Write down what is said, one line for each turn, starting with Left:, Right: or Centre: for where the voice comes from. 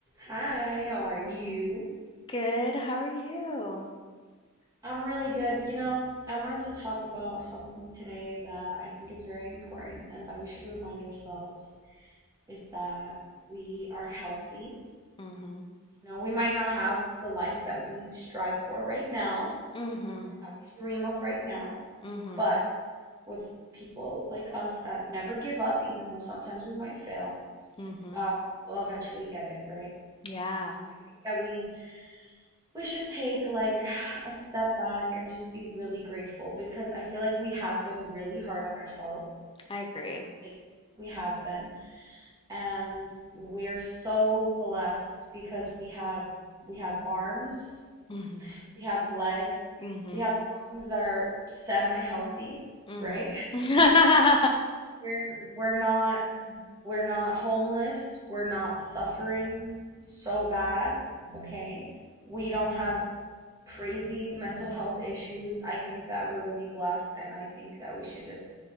Right: Hi, how are you?
Left: Good, how are you?
Right: I'm really good. You know, I wanted to talk about something today that I think is very important and that we should remind ourselves is that we are healthy.
Left: Mhm.
Right: You know, we might not have the life that we strive for right now
Left: Mhm.
Right: or that we dream of right now,
Left: Mhm.
Right: but with people like us that never give up, even though sometimes we might fail,
Left: Mhm.
Right: um, we'll eventually get it, right?
Left: Yeah,
Right: I think that we we should take like <sighs> a step back and just be really grateful because I feel like we have been really hard on ourselves.
Left: I agree.
Right: lately. We have been. And we're so blessed because we have we have arms,
Left: Mhm.
Right: we have legs,
Left: Mhm.
Right: we have lungs that are semi-healthy,
Left: Mhm.
Right: right?
Left: <laughs>
Right: <laughs> We're we're not we're not homeless, we're not suffering so bad, okay? We don't have crazy mental health issues. I think that we're really blessed, and I think that we should just